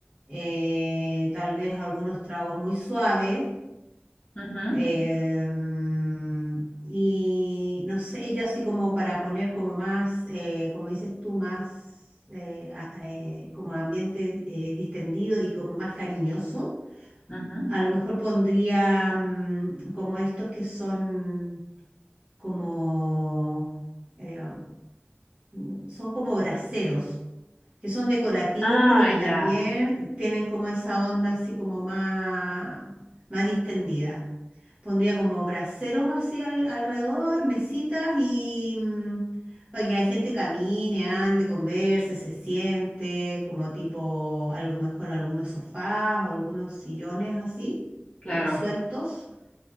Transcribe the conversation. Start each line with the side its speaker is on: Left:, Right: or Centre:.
Right: eh, tal vez algunos tragos muy suaves.
Left: ujú,
Right: Em, y no sé, yo así como para poner como más, eh, como dices tú, más eh, a- eh, como ambiente eh, distendido y como más cariñoso,
Left: ujú.
Right: a lo mejor pondría mm, como estos que son como, eh, um, son como braseros que son decorativos,
Left: Ah,
Right: pero que también
Left: ya,
Right: tienen como esa onda así como más, más distendida. Pondría como braseros así al- alrededor, mesitas y mm, para que la gente camine, ande, converse, se siente, como tipo, a lo mejor algunos sofás o algunos sillones así,
Left: claro.
Right: como sueltos.